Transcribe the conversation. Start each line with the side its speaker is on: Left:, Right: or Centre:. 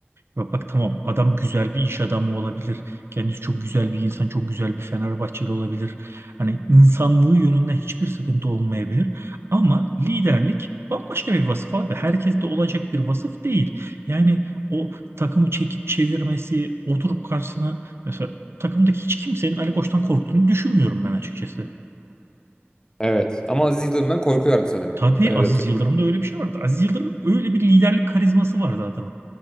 Right: Ya Bak tamam adam güzel bir iş adamı olabilir. Kendisi çok güzel bir insan, çok güzel bir Fenerbahçeli olabilir. Hani insanlığı yönünden hiçbir sıkıntı olmayabilir. Ama liderlik bambaşka bir vasıf abi. Herkes de olacak bir vasıf değil. Yani o takımı çekip çevirmesi, oturup karşısına mesela takımdaki hiç kimsenin Ali Koç'tan korktuğunu düşünmüyorum ben açıkçası.
Left: Evet. Ama Aziz Yıldırım'dan korkuyorlardı sanırım.
Right: Tabii
Left: Ben öyle
Right: Aziz
Left: hatırlıyorum.
Right: Yıldırım'da öyle bir şey vardı. Aziz Yıldırım'ın öyle bir liderlik karizması vardı adamın.